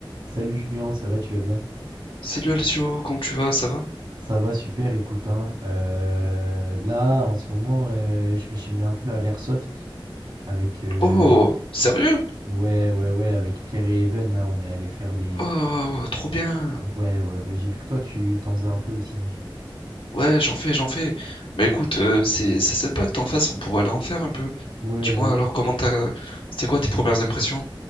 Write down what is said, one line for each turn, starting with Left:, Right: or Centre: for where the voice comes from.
Right: Salut Julien, ça va, tu vas bien?
Left: Salut Alessio, comment tu vas? Ça va?
Right: Ça va, super, écoute, hein, euh, là, en ce moment, euh, je me suis mis un peu à l'airsoft avec, euh,
Left: Oh, sérieux?
Right: ouais, ouais, ouais, avec Pierre et Even, là, on est allé faire des,
Left: Oh, trop bien.
Right: ouais, ouais, ouais, j'ai vu que toi, tu t'en faisais un peu aussi.
Left: Ouais, j'en fais, j'en fais. Bah écoute, euh, c'est c'est sympa que t'en fasses, on pourrait aller en faire un peu.
Right: Ouais,
Left: Dis-moi
Right: ouais, ouais.
Left: alors comment t'as... C'était quoi tes premières impressions?